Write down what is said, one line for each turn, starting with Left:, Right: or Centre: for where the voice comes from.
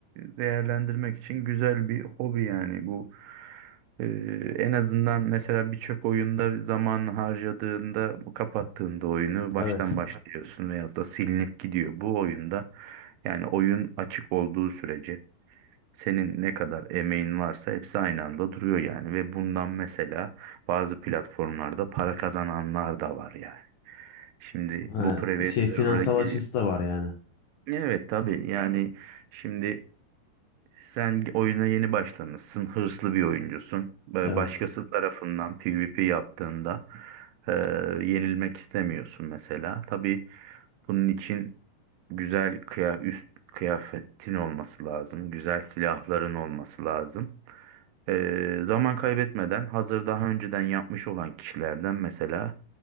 Right: e, değerlendirmek için güzel bir hobi yani bu. E, en azından mesela birçok oyunda zaman harcadığında kapattığında oyunu baştan
Left: Evet.
Right: başlıyorsun veyahut da silinip gidiyor. Bu oyunda yani oyun açık olduğu sürece senin ne kadar emeğin varsa hepsi aynı anda duruyor yani ve bundan mesela bazı platformlarda para kazananlar da var yani. Şimdi
Left: Ha,
Right: bu private
Left: şey
Right: server'a
Left: finansal
Right: giriyor.
Left: açısı da var yani.
Right: Evet tabii yani şimdi sen oyuna yeni başlamışsın, hırslı bir oyuncusun. Böyle
Left: Evet.
Right: Başkası tarafından PvP yaptığında e, yenilmek istemiyorsun mesela. Tabii bunun için güzel kıya üst kıyafetin olması lazım, güzel silahların olması lazım. E, zaman kaybetmeden hazır daha önceden yapmış olan kişilerden mesela